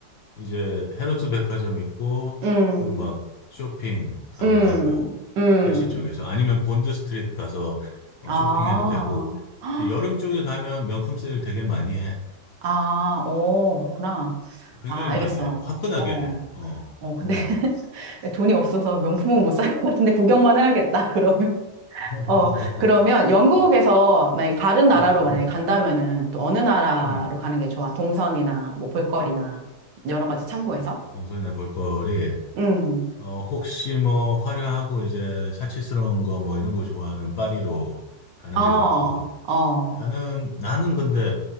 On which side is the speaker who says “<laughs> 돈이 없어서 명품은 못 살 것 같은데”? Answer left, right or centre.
Right